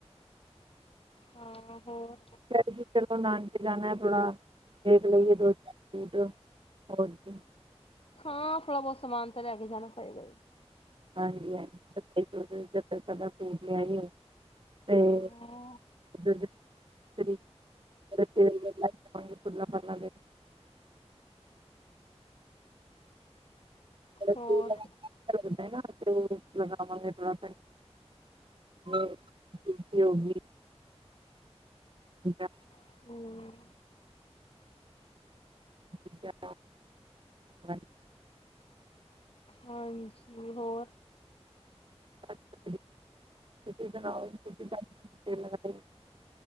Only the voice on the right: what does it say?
ਸਰ ਜੀ ਚਲੋ ਨਾਨਕੇ ਜਾਣਾ ਹੈ ਥੋੜਾ ਦੇਖ ਲਈਏ ਦੋ -ਚਾਰ ਸੂਟ। ਓਰ ਜੀ?
ਹਾਂਜੀ- ਹਾਂਜੀ ਜੂ ਇਕ ਅੱਧਾ ਸੂਟ ਲਿਆਈ ਹੋਵੇ ਲਿਆ ਤੇ।
<inaudible> ਨਾਲੇ
ਤੇਲ <unintelligible> ਨਾ ਲਗਾਵਾਂਗੇ ਥੋੜਾ ਤੁਲਸੀ ਹੋ ਗਈ ਜਾਂ
<inaudible>
ਅੱਛਾ ਤੁਸੀ ਸੁਣਾਓ ਲ <inaudible> ਤੇਲ <unintelligible>